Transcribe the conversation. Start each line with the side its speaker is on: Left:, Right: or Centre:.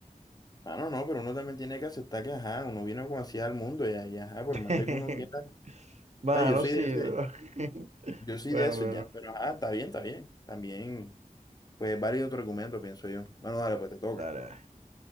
Left: mano, no, pero uno también tiene que aceptar que, ajá, uno vino como así al mundo, ya, y ajá, por
Right: <laughs>
Left: más de que uno quiera. O
Right: Mano,
Left: sea, yo soy
Right: sí,
Left: de
Right: pero.
Left: ese,
Right: <laughs>
Left: yo soy
Right: Bueno,
Left: de eso,
Right: bueno,
Left: ya. Pero, ajá, está bien, está bien. También, pues, varios otros argumentos, pienso yo. Bueno, dale, pues te toca.
Right: dale.